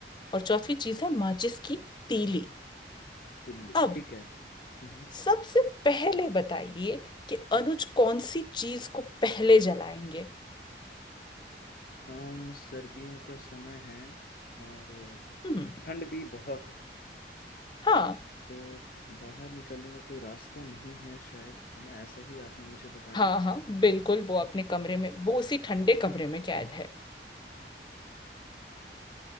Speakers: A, on the left (about 25°); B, on the left (about 50°).
A: और चौथी चीज है माचिस की तीली
B: दिल्ली
A: अब
B: ठीक है हम्म
A: सबसे पहले बताइए कि अनुज कौन सी चीज को पहले जलाएंगे
B: हाँ सर्दियों का समय है और
A: हम्म
B: ठंड भी बहुत है
A: हाँ
B: तो बाहर निकलने का कोई रास्ता नहीं है शायद है ना ऐसा ही आपने मुझे बताया
A: हाँ हाँ बिल्कुल वो अपने कमरे में वो उसी ठंडे कमरे में कैद है